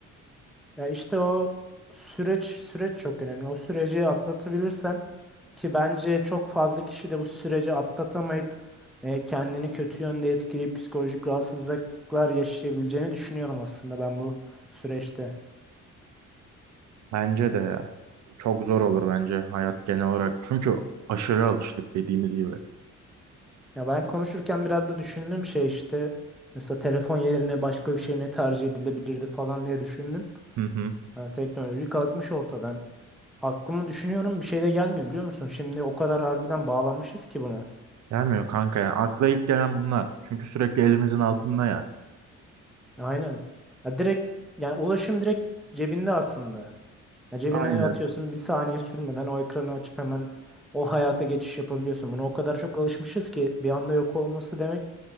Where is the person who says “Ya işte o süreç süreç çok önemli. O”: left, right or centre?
Centre